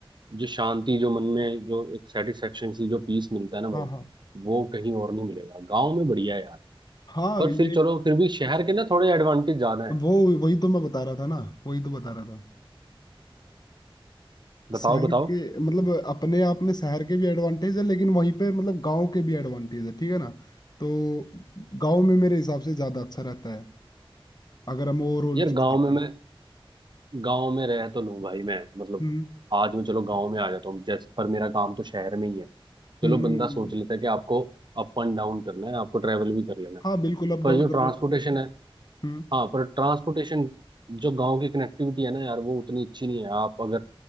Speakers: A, on the right; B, on the left.
A: जो शांति जो मन में जो एक सेटिस्फेक्शन सी जो पीस मिलता है ना भाई
B: हाँ हाँ
A: वो कहीं और नहीं मिलेगा गाँव में बढ़िया है यार
B: हाँ
A: पर
B: ये
A: फिर चलो फिर भी शहर के ना थोड़े एडवांटेज ज्यादा है
B: वो वही तो मैं बता रहा था ना वही तो बता रहा था
A: बताओ
B: शहर
A: बताओ
B: के मतलब अपने आप में शहर के भी एडवांटेज है लेकिन वहीं पे मतलब गांव के भी एडवांटेज है ठीक है ना तो गांव में मेरे हिसाब से ज्यादा अच्छा रहता है अगर हम ओवरऑल
A: यार
B: चीज
A: गांव
B: देखें
A: में मैं गांव में रह तो लूं भाई मैं मतलब
B: हम्म
A: आज मैं चलो गांव में आ जाता हूँ जैसे पर मेरा काम तो शहर में ही है
B: हम्म
A: चलो बंदा सोच लेता है कि आपको अप एंड डाउन करना है आपको ट्रैवल भी कर लेना है
B: हाँ बिल्कुल अप
A: पर
B: डाउन
A: जो
B: कर
A: ट्रांसपोर्टेशन
B: लो
A: है
B: हम्म
A: हाँ पर ट्रांसपोर्टेशन जो गांव की कनेक्टिविटी है ना यार वो उतनी अच्छी नहीं है आप अगर